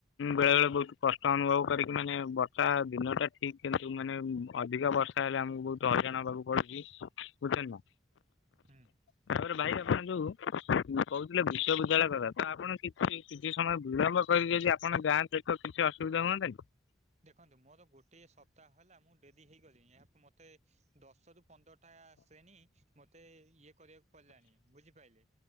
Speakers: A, on the left; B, on the right.
A: ବେଳେ ବେଳେ ବୋହୁତ କଷ୍ଟ ଅନୁଭବ କରିକି ମାନେ ବର୍ଷା ଦିନ ଟା ଠିକ୍ କିନ୍ତୁ ମାନେ ଅଧିକ ବର୍ଷା ହେଲେ ଆମକୁ ବୋହୁତ ହାଇରଣ ହେବାକୁ ପଡୁଚି ବୁଝୁଚନ୍ତି ନା।
B: ହୁଁ।
A: ତାପରେ ଭାଇ ଆପଣ ଯୋଉ କୋହୁଥିଲେ ବିଶ୍ୱ ବିଦ୍ୟାଳୟ କଥା ତ ଆପଣ କିଛି କିଛି ସମୟ ବିଳମ୍ବ କରିିକି ଯଦି ଆପଣ ଯାଆନ୍ତେ ତ କିଛି ଅସୁବିଧା ହୁଅନ୍ତାନି।
B: ଦେଖନ୍ତୁ ମୋର ଗୋଟଏ ସପ୍ତାହ ହେଲା ମୁଁ ଡେରି ହେଇଗଲିଣି ଏହାକୁ ମତେ ଦଶରୁ ପନ୍ଦରଟା ଶ୍ରେଣି ମତେ ଇଏ କରିବାକୁ ପଡିଲାଣି ବୁଝିପାରିଲେ